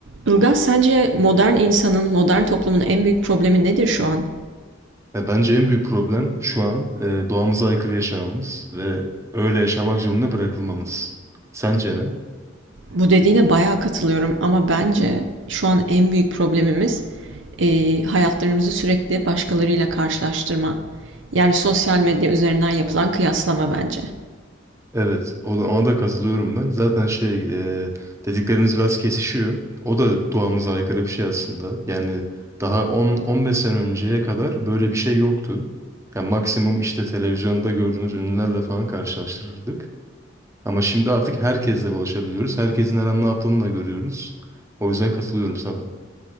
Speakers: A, on the right (about 70°); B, on the right (about 15°).
A: Ilgaz, sence modern insanın, modern toplumun en büyük problemi nedir şu an?
B: Ya bence en büyük problem şu an e, doğamıza aykırı yaşamamız ve öyle yaşamak zorunda bırakılmamız. Sence ne?
A: Bu dediğine bayağı katılıyorum ama bence şu an en büyük problemimiz eee, hayatlarımızı sürekli başkalarıyla karşılaştırma. Yani sosyal medya üzerinden yapılan kıyaslama bence.
B: Evet, o da, ona da katılıyorum ben. Zaten şey, e, dediklerimiz biraz kesişiyor. O da doğamıza aykırı bir şey aslında. Yani daha 10-15 sene önceye kadar böyle bir şey yoktu. Yani maksimum işte televizyonda gördüğümüz ünlülerle falan karşılaştırırdık. Ama şimdi artık herkesle ulaşabiliyoruz. Herkesin her an ne yaptığını da görüyoruz. O yüzden katılıyorum sana.